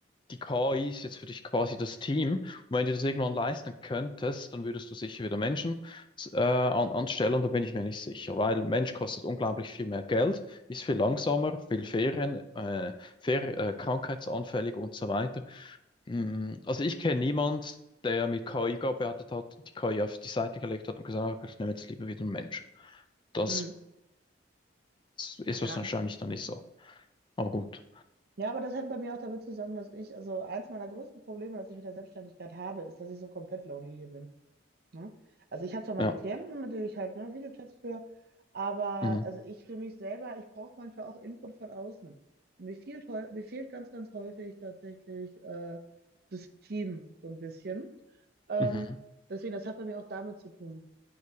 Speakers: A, on the left (about 25°); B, on the right (about 50°).
A: die KI ist jetzt für dich quasi das Team. Und wenn du das irgendwann leisten könntest, dann würdest du sicher wieder Menschen äh, an, anstellen. Da bin ich mir nicht sicher, weil Mensch kostet unglaublich viel mehr Geld, ist viel langsamer,
B: Mhm.
A: viel fairer, äh, fair, äh, krankheitsanfällig und so weiter. Mm, Also ich kenne niemand, der mit KI gearbeitet hat, die KI auf die Seite gelegt hat und gesagt hat, ich nehme jetzt lieber wieder einen Mensch. Das
B: Mhm.
A: ist
B: Ja.
A: wahrscheinlich dann nicht so. Aber gut.
B: Ja, aber das hängt bei mir auch damit zusammen, dass ich, also eins meiner größten Probleme, das ich mit der Selbstständigkeit habe, ist, dass ich so komplett lonely hier bin. Ne? Also ich habe zwar meine
A: Ja.
B: Klienten, mit denen ich halt ne, Videochats führe, aber
A: Mhm.
B: also ich für mich selber, ich brauche manchmal auch Input von außen. Und mir fehlt, heu- mir fehlt ganz, ganz häufig tatsächlich äh, das Team so ein bisschen. Ähm,
A: Mhm.
B: deswegen, das hat bei mir auch damit zu tun.